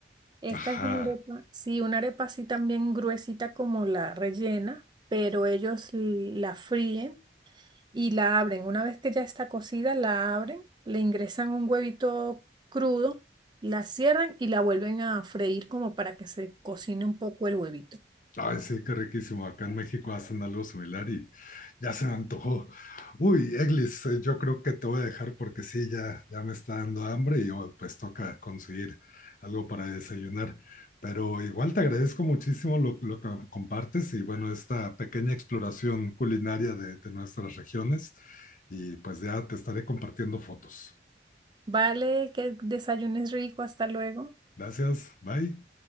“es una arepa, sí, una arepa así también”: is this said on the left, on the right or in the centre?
Right